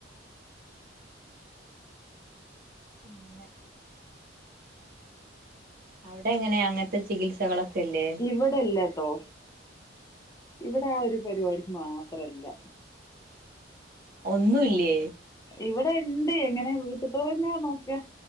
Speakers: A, on the right; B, on the left.
A: അങ്ങനെ അവിടെ എങ്ങനെ അങ്ങൻത്തെ ചികിത്സകളൊക്കെ ഇല്ലേ
B: ഇവടെല്ലട്ടോ ഇ <unintelligible> ട ആ ഒരു പരിപാടി മാത്രല്ല
A: ഒന്നുംല്ലേ
B: ഇവടെ ഇണ്ട് ഇങ്ങനെ വീട്ട്ത്തോലന്നെ നോക്കാ